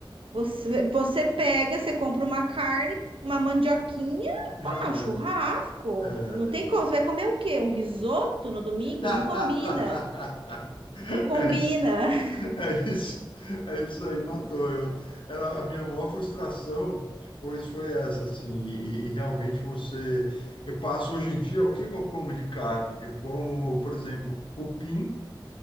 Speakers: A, on the right; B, on the left.
A: Você, você pega, você compra uma carne, uma mandioquinha,
B: Já
A: pá,
B: era.
A: um churrasco.
B: É
A: Não tem como.
B: isso.
A: Você vai comer o quê? Um risoto no domingo?
B: <laughs>
A: Não combina. Não combina.
B: É isso,
A: <laughs>
B: é isso, é isso aí, matou. Eu, era a minha maior frustração depois foi essa, assim, e, e realmente você. Eu passo hoje em dia, o que que eu como de carne? Eu como, por exemplo, cupim,